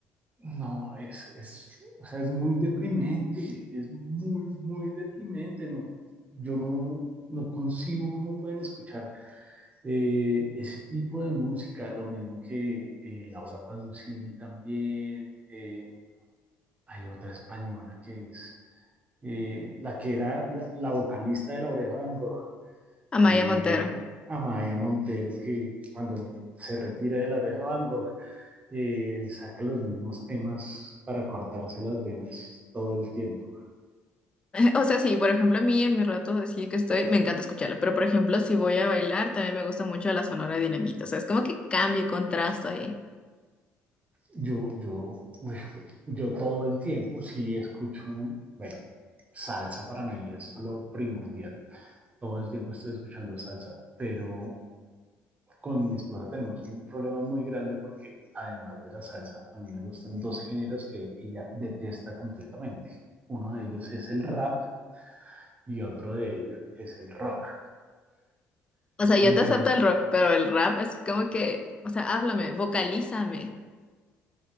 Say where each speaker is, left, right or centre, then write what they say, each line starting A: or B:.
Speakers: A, on the right (about 30°); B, on the left (about 20°).
A: No, es, es, o sea, es muy deprimente, es muy, muy deprimente, ¿no? Yo no, no concibo cómo pueden escuchar eh, ese tipo de música, lo mismo que eh, Laura Pausini también, eh, hay otra española que es eh, la que era la, la, vocalista de La Oreja de Van Gogh,
B: Amaya
A: eh,
B: Montero. <laughs>
A: Amaya Montero, que cuando se retira de La Oreja de Van Gogh, eh, saca los mismos temas para cortarse las venas todo el tiempo.
B: O sea, sí, por ejemplo, a mí en mis ratos así que estoy, me encanta escucharla, pero por ejemplo, si voy a bailar, también me gusta mucho la Sonora Dinamita, o sea, es como que cambio, contrasto ahí.
A: Yo, yo, yo todo el tiempo sí escucho, bueno, salsa para mí es lo primordial. Todo el tiempo estoy escuchando salsa, pero con mi esposa tenemos un problema muy grande porque además de la salsa, a mí me gustan dos géneros que ella detesta completamente. Uno de ellos es el rap y otro de ellos es el rock.
B: O sea, yo
A: Entonces,
B: te acepto el rock, pero el rap es como que, o sea, háblame, vocalízame.